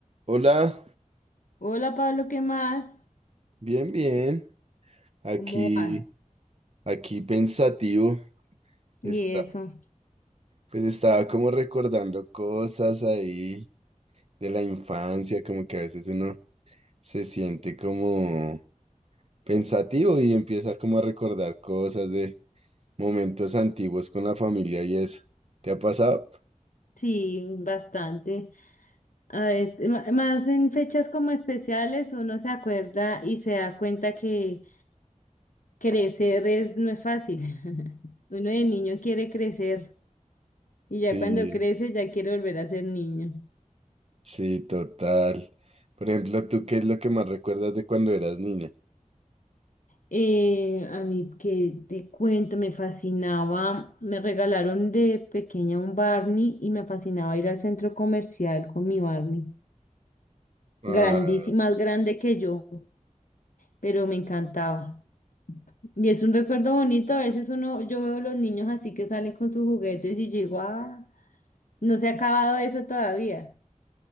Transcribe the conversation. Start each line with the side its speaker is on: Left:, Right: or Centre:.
Right: Hola,
Left: Hola Pablo, ¿qué más?
Right: bien, bien. Aquí,
Left: ¿Cómo vas?
Right: aquí pensativo.
Left: Y
Right: Está,
Left: eso,
Right: pues estaba como recordando cosas ahí de la infancia, como que a veces uno se siente como pensativo y empieza como a recordar cosas de momentos antiguos con la familia y eso. ¿Te ha pasado?
Left: sí, bastante. A veces, ma- más en fechas como especiales uno se acuerda y se da cuenta que crecer es, no es fácil. <laughs> Uno de niño quiere crecer y
Right: Sí,
Left: ya cuando crece ya quiere volver a ser niño.
Right: sí, total. Por ejemplo, ¿tú qué es lo que más recuerdas de cuando eras niña?
Left: Eh, a mí que te cuento, me fascinaba, me regalaron de pequeña un Barney y me fascinaba ir al centro comercial con mi Barney.
Right: Ah.
Left: grandísima, más grande que yo, pero me encantaba. Y es un recuerdo bonito, a veces uno, yo veo los niños así que salen con sus juguetes y digo, ah, no se ha acabado eso todavía.